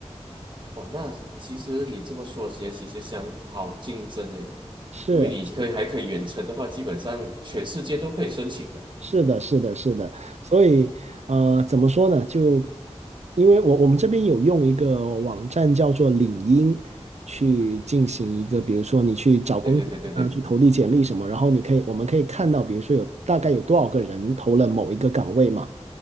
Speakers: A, on the right; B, on the right.
A: 哇，那其实你这么说其实其实相好竞争诶，
B: 是
A: 因为你可以还可以远程的话，基本上全世界都可以申请的。
B: 是的，是的，是的，所以呃，怎么说呢？就因为我我们这边有用一个网站叫做领英去进行一个，比如说你去找工作啊，
A: 对对对对
B: 去投递简历什么，然后你可以我们可以看到，比如说有大概有多少个人投了某一个岗位嘛，